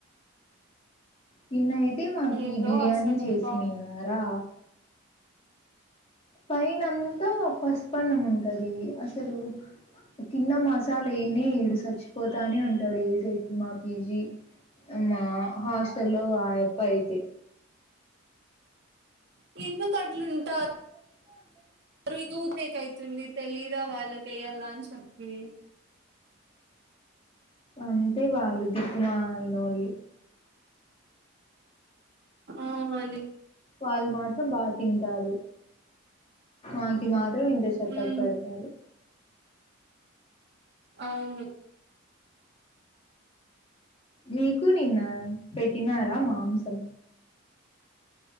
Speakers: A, on the left; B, on the right.
A: నిన్నయితే మాకి
B: ఏందో
A: బిర్యానీ
B: అసలు
A: చేసినిన్నారా
B: అబ్బా
A: పైనంతా పసుపన్నం ఉంటది అసలు కింద మసాలా ఎయ్నే ఎయ్యిడు సచ్చిపోతానే ఉంటాడు ఏసేకి మా పీ జీ మా హాస్టల్లో ఆ అప్ప ఐతే
B: ఎందుకట్లుంటా
A: అ
B: మరు ఇంగ <unintelligible> యితుంది తెలీదా వాళ్ళకి ఎయ్యాలని చెప్పి
A: అంతే వాళ్ళు దిక్కుమాలినోళ్ళు
B: ఆ వాలి
A: వాళ్ళు మాత్రం బాగా తింటారు ఆ కి మాత్రం ఇంత చెత్తగ
B: ఉమ్
A: పెడతారు
B: అవును
A: మీకు నిన్న పెట్టినారా మాంసం